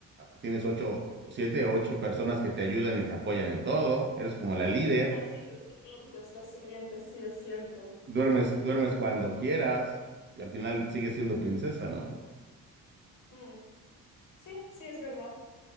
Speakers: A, on the right (about 35°); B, on the left (about 65°).
A: tienes ocho, siete, ocho personas que te ayudan y te apoyan en todo, eres como la líder.
B: Ah, sí, los sirvientes, los sirvientes, sí, es cierto.
A: Duermes, duermes cuando quieras y al final sigues siendo princesa, ¿no?
B: Mm, Sí, sí, es verdad.